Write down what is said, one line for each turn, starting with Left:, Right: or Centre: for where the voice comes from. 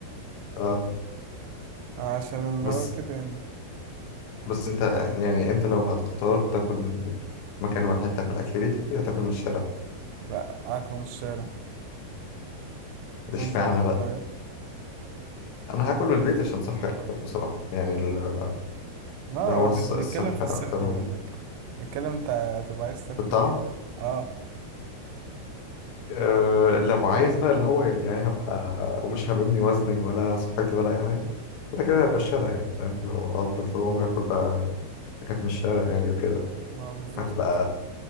Left: اه
Right: عشان اللي
Left: بس
Right: هو كده يعني
Left: بس انت يعني انت لو هتختار تاكل من مكان واحد تاكل اكل بيتي ولا تاكل من الشارع
Right: لا أكله من الشارع
Left: ده
Right: وأنت
Left: اشمعنى
Right: بتضطر
Left: بقى
Right: إيه؟
Left: انا هاكل من البيت عشان صحي اكتر بصراحة يعني ال-
Right: اه
Left: الهوا
Right: احنا
Left: الص-
Right: مش بنتكلم
Left: الصحي
Right: في الصحي
Left: اكتر و-
Right: ولا بنتكلم انت هتبقى عايز تاكل
Left: في الطعم
Right: ايه اه
Left: أه لو عايز بقى اللي هو يعني يعني هبقى ومش هبني وزني ولا صحتي ولا أي حاجة كده كده هبقى الشارع يعني فاهم لو أفضل طول عمري آكل بقى حاجات من الشارع يعني وكده
Right: ما بالظبط
Left: هتبقى